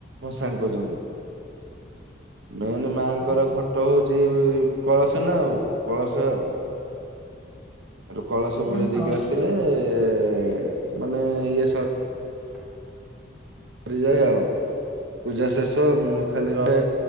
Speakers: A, on the right; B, in the centre.
A: ଭଷାଣୀ ପର୍ଯ୍ୟନ୍ତ। ମେନ୍ ମାଙ୍କର
B: ହୁଁ।
A: ଘଟ ହଉଛି କଳସ ନା ଆଉ କଳସ ଆଉ। ସେଠୁ କଳସ ବୁଡେଇ
B: ହୁଁ
A: ଦେଇକି
B: ହଉ।
A: ଆସିଲେ ଏ, ମାନେ ଇଏ ସ ସରିଯାଏ ଆଉ, ପୂଜା ଶେଷ ଉଁ, ଖାଲି ରହେ